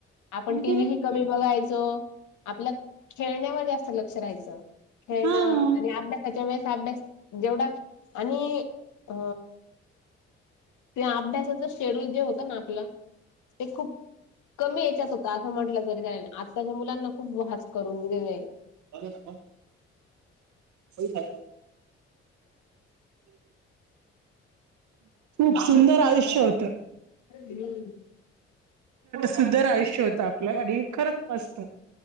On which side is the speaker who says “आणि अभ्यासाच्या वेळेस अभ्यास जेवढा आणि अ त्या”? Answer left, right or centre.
Left